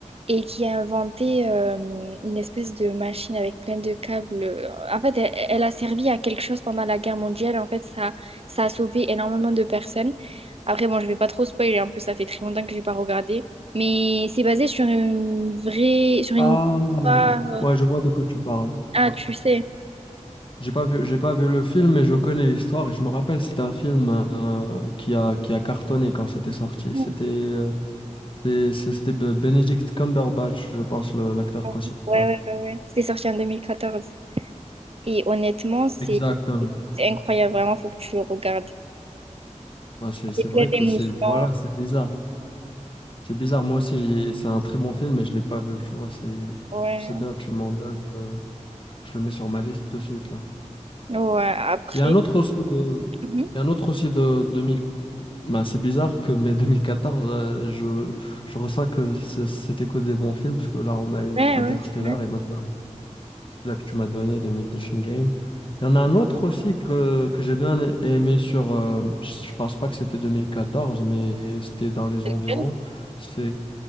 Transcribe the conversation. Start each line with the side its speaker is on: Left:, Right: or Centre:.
Right: et qui a inventé euh, une espèce de machine avec plein de câbles. En fait, elle, elle a servi à quelque chose pendant la guerre mondiale. En fait, ça, ça a sauvé énormément de personnes. Après, bon, je vais pas trop spoiler. En plus, ça fait très longtemps que j'ai pas regardé. Mais c'est basé sur une vraie, sur une
Left: Ah,
Right: histoire
Left: ouais, je vois de quoi tu parles.
Right: ah, tu sais.
Left: J'ai pas vu, j'ai pas vu le film, mais je connais l'histoire et je me rappelle, c'était un film euh, qui a, qui a cartonné quand c'était sorti.
Right: Mm.
Left: C'était euh, c'est- c'est- c'était Be- Benedict Cumberbatch, je pense, le- l'acteur principal.
Right: Ouais, ouais, ouais, ouais. C'était sorti en deux mille quatorze Et honnêtement, c'est
Left: Exactement.
Right: c'est incroyable, vraiment, faut que tu le regardes.
Left: Ah, c'est c'est
Right: C'est
Left: vrai
Right: plein
Left: que
Right: d'émotions.
Left: c'est voilà, c'est bizarre. C'est bizarre. Moi aussi, j'y- c'est un très bon film, mais je l'ai pas vu. Tu vois, c'est
Right: Ouais.
Left: c'est bien. Tu m'en donnes que je le mets sur ma liste de suite là.
Right: Ouais, après.
Left: Il y a un autre aussi de
Right: Mhm.
Left: Il y a un autre aussi de 2000. Ben, c'est bizarre que mais 2014, euh, je, je ressens que c'est- c'était que des bons films, parce que là, on a eu
Right: Ouais,
Left: Interstellar
Right: ouais, c'est vrai.
Left: et maintenant, là que tu m'as donné, les Imitation Game. Il y en a un autre aussi que, que j'ai bien aimé sur. euh, je je pense pas que c'était 2014, mais c'était dans les environs.
Right: Elle.
Left: C'est,